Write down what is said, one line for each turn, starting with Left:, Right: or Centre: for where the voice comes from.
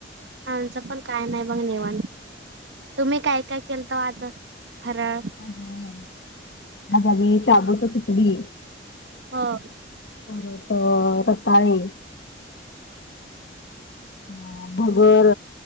Right: आमचं पण काय नाही बघा निवांत तुम्ही काय काय केल ता आज फरळ?
Left: <unintelligible> आज आम्ही शाबुचा खिचडी हे.
Right: हा
Left: परत रताळे. ह भगर,